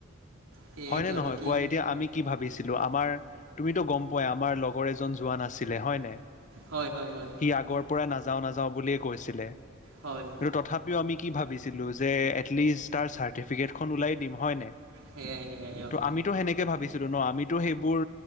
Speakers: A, on the right; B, on the left.
A: সেয়াইতো
B: হয় নে
A: আৰু
B: নহয়
A: কি
B: কোৱা এতিয়া আমি কি ভাবিছিলো আমাৰ তুমিতো গম পোৱাই আমাৰ লগৰ এজন যোৱা নাছিলে হয় নাই
A: হয় হয় হয়
B: সি আগৰ পৰাই নাযাওঁ নাযাওঁ বুলিয়েই কৈছিলে
A: হয়
B: কিন্তু তথাপিও আমি কি ভাবিছিলো যে এত লিষ্ট তাৰ চাৰ্টিফিকেটখন ওলাই দিম হয় নাই?
A: সেয়াই সেয়াই অঁ
B: ত' আমিতো সেনেকে ভাবিছিলো ন, আমিতো সেইবোৰ